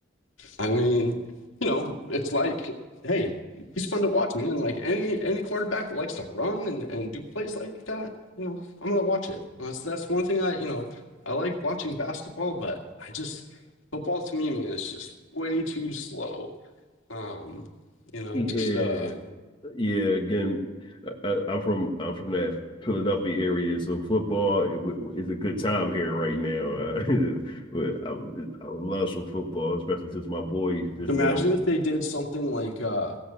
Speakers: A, on the left; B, on the left.
A: I mean, you know, it's like, hey, he's fun to watch, man. Like any any quarterback that likes to run and, and do plays like that, you know, I'm gonna watch it. Well, That's that's one thing I, you know, I like watching basketball, but I just football to me, man, is just way too slow. Um, you know,
B: Yeah,
A: it just uh
B: Yeah, again, I, I- am from I'm from that Philadelphia area, so football it, w- is a good time here right now. Uh, <laughs> but I, I love some football, especially since my boy just
A: imagine
B: now.
A: if they did something like uh